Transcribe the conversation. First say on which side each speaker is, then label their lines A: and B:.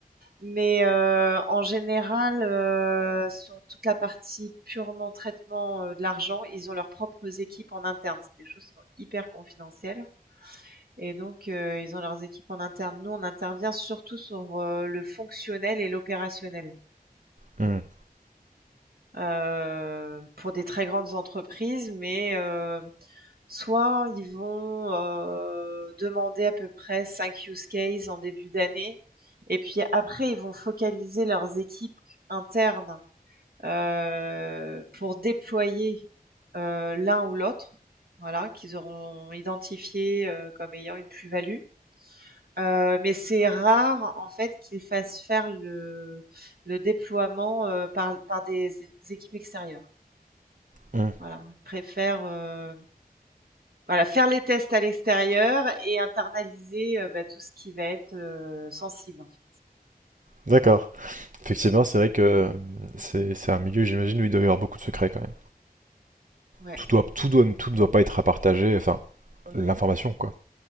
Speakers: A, on the right (about 75°); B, on the right (about 55°).
A: mais euh, en général, euh, sur toute la partie purement traitement euh, de l'argent, ils ont leurs propres équipes en interne. C'est des choses qui sont hyper confidentielles. Et donc, euh, ils ont leurs équipes en interne. Nous, on intervient surtout sur euh, le fonctionnel et l'opérationnel.
B: Hmm,
A: Heu, pour des très grandes entreprises, mais heu, soit ils vont, heu, demander à peu près 5 use cases en début d'année et puis après ils vont focaliser leurs équipes internes, heu, pour déployer, heu, l'un ou l'autre, voilà, qu'ils auront identifié, heu, comme ayant une plus-value. Heu, mais c'est rare en fait qu'ils fassent faire le le déploiement, heu, par par des é équipes extérieures.
B: hmm,
A: Voilà, ils préfèrent, heu, voilà, faire les tests à l'extérieur et internaliser, heu, bah, tout ce qui va être, heu, sensible, en fait.
B: D'accord. Effectivement, c'est vrai que c'est c'est un milieu, j'imagine, où il doit y avoir beaucoup de secrets quand même.
A: Ouais,
B: Tout doit, tout doit, tout ne doit pas être à partager, enfin, l'information, quoi.